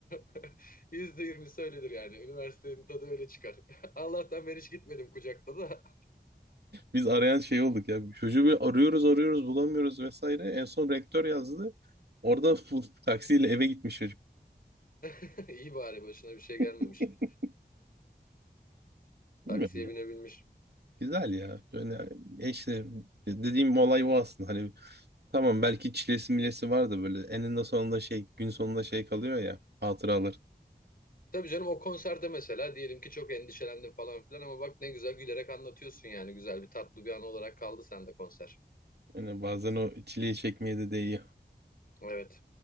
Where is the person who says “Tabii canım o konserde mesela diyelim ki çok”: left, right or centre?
Left